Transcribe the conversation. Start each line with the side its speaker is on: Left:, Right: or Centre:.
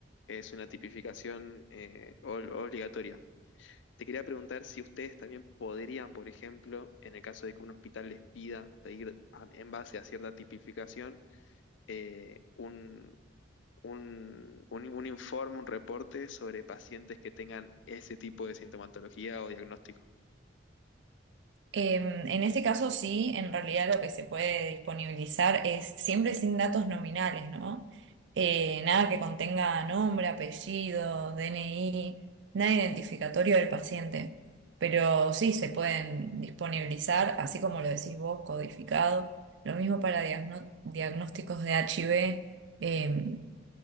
Left: Es una tipificación eh, ol- obligatoria. Te quería preguntar si ustedes también podrían, por ejemplo, en el caso de que un hospital les pida pedir a- en base a cierta tipificación, eh, un, un, un, un informe, un reporte sobre pacientes que tengan ese tipo de sintomatología o diagnóstico.
Right: Em, en este caso sí, en realidad lo que se puede disponibilizar es siempre sin datos nominales, ¿no? Eh, nada que contenga nombre, apellido, DNI, nada identificatorio del paciente. Pero sí se pueden disponibilizar, así como lo decís vos, codificado. Lo mismo para diagno- diagnósticos de HIV, em,